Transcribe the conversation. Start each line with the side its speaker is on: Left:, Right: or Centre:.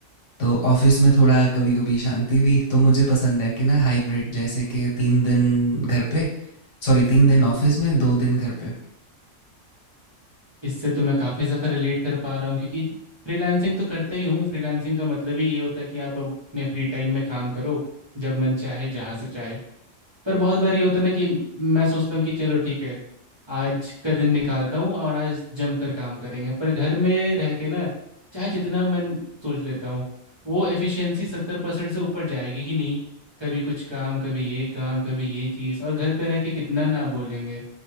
Left: तो ऑफिस में थोड़ा कभी कभी शांति भी तो मुझे पसंद है कि ना हाइब्रिड जैसे कि तीन दिन घर पे सॉरी तीन दिन ऑफिस में दो दिन घर पे
Right: इससे तो मैं काफ़ी ज़्यादा रिलेट कर पा रहा हूँ क्योंकि फ्रीलांसिंग तो करता ही हूँ फ्रीलांसिंग का मतलब ही ये होता है कि आप अपने फ्री टाइम में काम करो जब मन चाहे जहाँ से चाहे पर बहुत बार ये होता है ना कि मैं सोचता हूँ कि चलो ठीक है आज का दिन निकालता हूँ और आज जम कर काम करेंगे पर घर में रह के ना चाहे जितना मन सोच लेता हूँ वो एफिशिएंसी सत्तर परसेंट से ऊपर जाएगी ही नहीं कभी कुछ काम कभी ये काम कभी ये चीज़ और घर पे रह के कितना ना बोलेंगे